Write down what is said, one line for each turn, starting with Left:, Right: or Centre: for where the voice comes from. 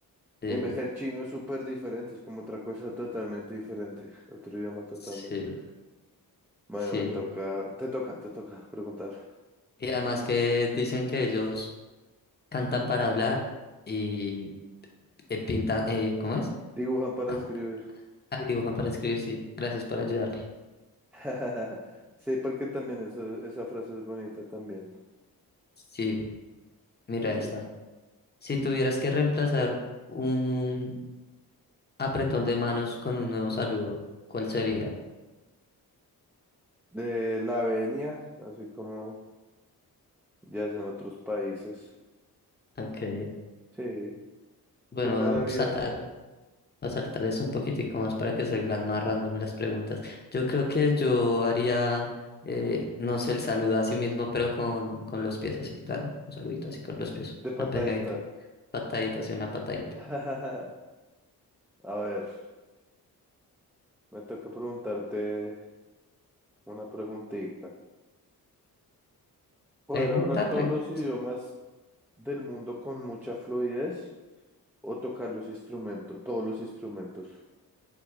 Left: Sí,
Centre: En vez del chino es súper diferente, es como otra cosa totalmente diferente, otro idioma totalmente.
Left: sí,
Centre: Bueno,
Left: sí.
Centre: me toca, te toca, te toca preguntar.
Left: Y además que dicen que ellos cantan para hablar y eh, pintan, eh, ¿cómo es?
Centre: Dibujan para
Left: Ah,
Centre: escribir.
Left: ahí dibujan para escribir, sí. Gracias por ayudarme.
Centre: <laughs> Sí, porque también eso, esa frase es bonita también.
Left: Sí, mira
Centre: Sí,
Left: esta. Si tuvieras que reemplazar un Apretón de manos con un nuevo saludo. ¿Cuál sería?
Centre: de la venia, así como ya es en otros países.
Left: Ok.
Centre: Sí,
Left: Bueno,
Centre: ¿tú cuál
Left: voy a
Centre: harías?
Left: saltar, voy a saltar eso un poquitico más para que salgan más random las preguntas. Yo creo que yo haría, eh, no sé, el saludo a sí mismo, pero con, con los pies así, ¿tan? Un saludito así con los pies.
Centre: De patadita.
Left: Una pegadita. Patadita, así una patadita.
Centre: <laughs> A ver, me toca preguntarte una preguntita. ¿Poder
Left: Pregunta,
Centre: hablar todos
Left: pre.
Centre: los idiomas
Left: sí.
Centre: del mundo con mucha fluidez o tocar los instrumentos, todos los instrumentos?